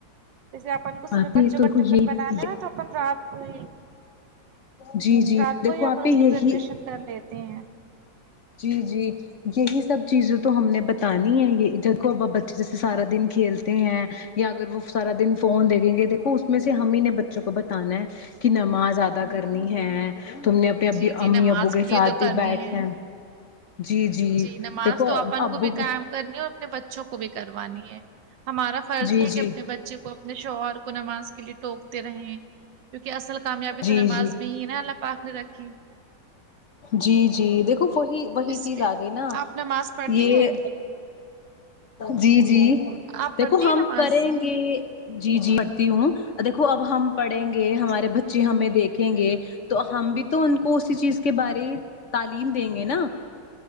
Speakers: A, on the right; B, on the left.
A: جیسے اپن کو صبح
B: آپ
A: بچوں
B: ہی دیکھو
A: کا ٹفن
B: یہی
A: بنانا ہے تو اپن رات کو ہی
B: جی جی
A: رات
B: دیکھو
A: کو ہی اپن
B: آپی
A: اس کی
B: یہی
A: پریپریشن کر لیتے ہیں
B: جی جی یہی سب چیزیں تو ہم نے بتانی ہے یہ ادھر کو اب ا بچے جیسے سارا دن کھیلتے ہیں یا اگر وہ سارا دن فون دیکھیں گے دیکھو اس میں ہم ہی نے بچوں کو بتانا ہے کہ نماز ادا کرنی ہے تم نے اپنے اب
A: جی جی
B: امی
A: نماز
B: ابو کے
A: لیے
B: ساتھ
A: تو
B: بھی
A: کرنی
B: بیٹھے
A: ہے
B: جی جی
A: جی نماز
B: دیکھو
A: تو اپن
B: ابو
A: کوبھی
B: کے
A: قائم کرنی ہو اور اپنے بچے بچوں کو بھی کروانی ہے ہمارا فرض
B: جی
A: یہ ہے
B: جی
A: کہ اپنے بچ بچے کو اپنے شوہر کو نماز کے لیے ٹوکتے رہے کیونکہ اصل کامیابی
B: جی
A: تو نماز
B: جی
A: میں ہی نا اللہ پاک نے رکھی
B: جی جی دیکھو وہی وہی
A: اس
B: چیز
A: لیے
B: آ گئی نا
A: آپ نماز پڑھتی
B: یہ
A: ہیں
B: جی جی
A: آپ
B: دیکھو
A: پڑھتی
B: ہم
A: ہیں نماز
B: کریں جی جی پڑھتی ہوں دیکھو اب ہم پڑھیں گے ہمارے
A: جی
B: بچ چے ہمیں دیکھیں گے تو ہم بھی تو ان کو اسی چیز کے بارے تعلیم دیں گے نا